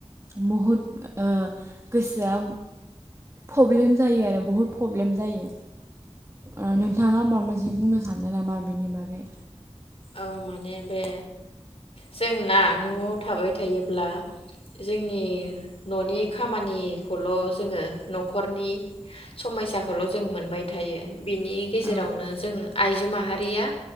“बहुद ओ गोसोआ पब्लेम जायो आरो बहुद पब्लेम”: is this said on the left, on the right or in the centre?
Right